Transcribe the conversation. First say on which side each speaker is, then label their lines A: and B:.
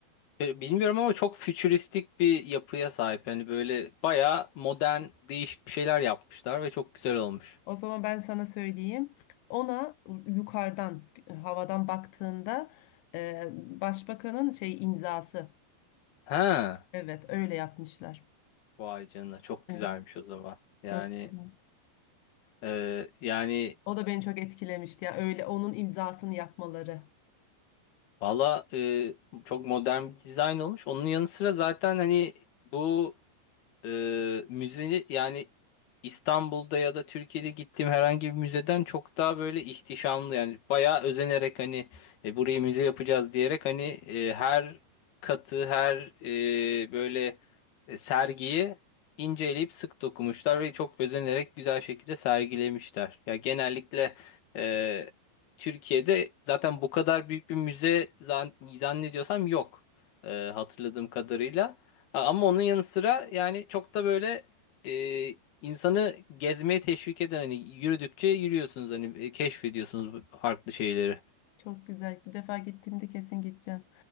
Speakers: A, on the left; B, on the left.
A: E, Bilmiyorum ama çok fütüristik bir yapıya sahip. Yani böyle bayağı modern, değişik bir şeyler yapmışlar ve çok güzel olmuş.
B: O zaman ben sana söyleyeyim. Ona yukarıdan e, havadan baktığında e, başbakanın şey imzası.
A: Ha,
B: Evet öyle yapmışlar.
A: vay canına çok
B: Evet,
A: güzelmiş o zaman. Yani
B: çok güzel.
A: e, yani
B: O da beni çok etkilemişti. Yani öyle onun imzasını yapmaları.
A: valla e, çok modern bir dizayn olmuş. Onun yanı sıra zaten hani bu Ee, müze yani İstanbul'da ya da Türkiye'de gittiğim herhangi bir müzeden çok daha böyle ihtişamlı yani bayağı özenerek hani e, burayı müze yapacağız diyerek hani e, her katı her e, böyle e, sergiyi inceleyip sık dokumuşlar ve çok özenerek güzel şekilde sergilemişler. Ya genellikle e, Türkiye'de zaten bu kadar büyük bir müze zan- zannediyorsam yok e, hatırladığım kadarıyla. A- Ama onun yanı sıra yani çok da böyle e, insanı gezmeye teşvik eden hani yürüdükçe yürüyorsunuz hani e, keşfediyorsunuz bu farklı şeyleri.
B: Çok güzel. Bu defa gittiğimde kesin gideceğim.